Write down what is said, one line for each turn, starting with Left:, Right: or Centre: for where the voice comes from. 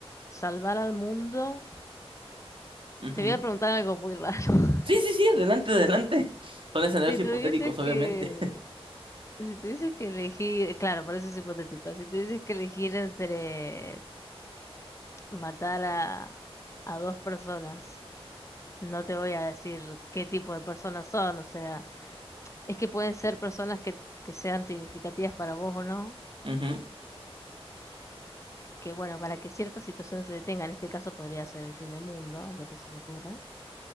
Left: salvar al mundo.
Right: Ujú.
Left: Te voy a preguntar algo muy raro. <laughs>
Right: Sí, sí, sí, adelante, adelante. <laughs> Son escenarios
Left: Si
Right: hipotéticos,
Left: tuvieses
Right: obviamente.
Left: que, si tuvieses que elegir, claro, por eso es hipotético. Si tuvieses que elegir entre matar a, a dos personas, no te voy a decir qué tipo de personas son, o sea, es que pueden ser personas que, que sean significativas para vos o no.
Right: <laughs> Ujú.
Left: Que bueno, para que cierta situación se detenga, en este caso podría ser el fin del mundo, es lo que se me ocurre